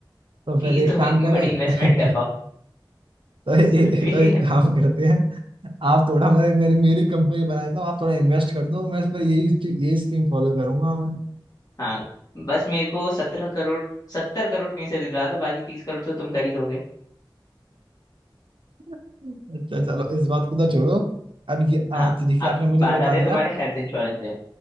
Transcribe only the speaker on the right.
तो फिर
एक
काम
करें
<laughs>
तो ये-
तो एक
काम करते हैं आप थोड़ा मेरे मेरे मेरी कंपनी बना देता हूँ आप थोड़ा इन्वेस्ट कर दो मैं इस पर यही यही स्कीम फॉलो करूंगा मैं
<laughs> अच्छा चलो इस बात को तो छोड़ो अब ये हाँ
ठीक
है आपने मुझे
ये बता
दिया